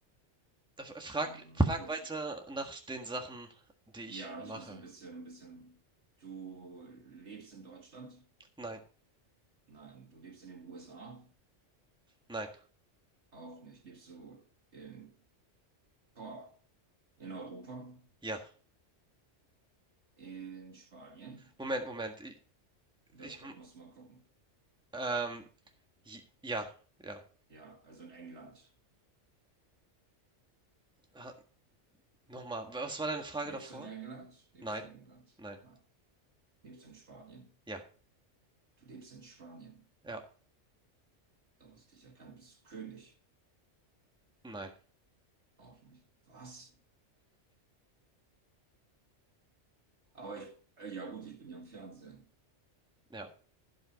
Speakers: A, in the centre; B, on the right.
A: Äh, f- Frag,
B: mh,
A: frag
B: gut,
A: weiter nach den Sachen, die
B: Ja,
A: ich mache.
B: ich muss ein bisschen, ein bisschen. Du lebst in Deutschland?
A: Nein,
B: Nein, du lebst in den USA?
A: nein.
B: Auch nicht. Lebst du in, boah, in Europa?
A: Ja.
B: In Spanien?
A: Moment, Moment. Ich,
B: Das
A: ich,
B: woll- musst du mal gucken.
A: Ähm, j- ja, ja.
B: Ja, also in England.
A: Ha- Nochmal, was war deine Frage
B: Lebst
A: davor?
B: du in England? Lebst
A: Nein,
B: du in England?
A: nein,
B: Nein. Lebst du in Spanien?
A: ja,
B: Du lebst in Spanien.
A: ja,
B: Da musste ich ja kein, bist du König?
A: nein,
B: Auch nicht. Was? Aber ich, äh, ja gut, ich bin ja im Fernsehen.
A: ja.